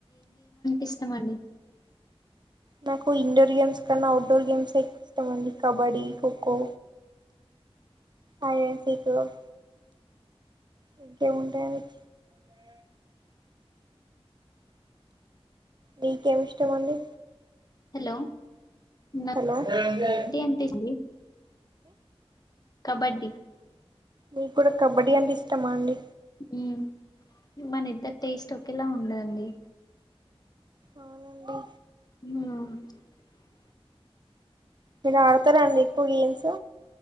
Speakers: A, on the left; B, on the right.
A: ఇష్టమాండి.
B: నాకు ఇండోర్ గేమ్స్ కన్నా, అవుట్డోర్ గేమ్స్ ఎక్కువ ఇష్టమ్ అండి. కబడ్డీ, ఖోఖో హాయ్ అంటిట్యూడ్ ఇంకేముంటాయాండి. మీకేం ఇష్టమండి.
A: హలో నాకు
B: హలో అండి.
A: ఇది అంటే ఇష్టం కబడ్డీ
B: మీకు కూడా కబడ్డీ అంటే ఇష్టమా అండి.
A: హ్మ్ మనిందరి టేస్ట్ ఒకేలా ఉండా దండి.
B: అవును
A: <unintelligible>
B: మీరు ఆడతారా అండి ఎక్కువ గేమ్స్